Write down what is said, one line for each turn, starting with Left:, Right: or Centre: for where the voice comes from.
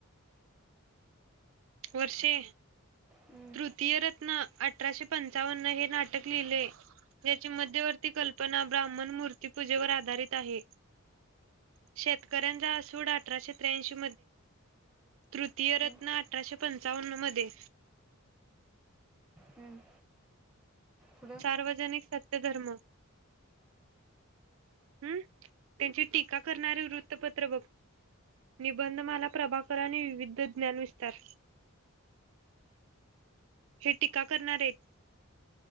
Right: वर्षे
Centre: हम्म,
Right: तृतीय रत्न अठराशे पंचावन्न हे नाटक लिहिले. याची मध्यवर्ती कल्पना ब्राह्मण मूर्तीपूजेवर आधारित आहे. शेतकऱ्यांचा आसूड अठराशे त्याशी.. तृतीय
Centre: हम्म,
Right: रत्न अठराशे पंचावन्न मध्ये
Centre: हम्म. पुढं
Right: सार्वजनिक सत्य धर्म. हम्म त्यांची टीका करणारे वृत्तपत्र बघ. निबंध माला प्रभाकर आणि विविध ज्ञान विस्तार. हे टीका करणार आहेत.